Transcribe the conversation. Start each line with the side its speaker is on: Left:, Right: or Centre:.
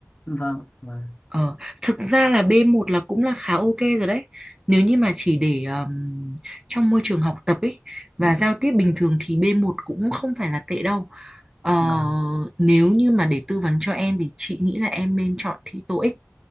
Left: vâng vâng
Right: Ờ, thực ra là B1 là cũng là khá ok rồi đấy. Nếu như mà chỉ để um, trong môi trường học tập ấy và giao tiếp bình thường thì B1 cũng không phải là tệ đâu. Ờ,
Left: vâng
Right: nếu như mà để tư vấn cho em thì chị nghĩ là em nên chọn thi TOEIC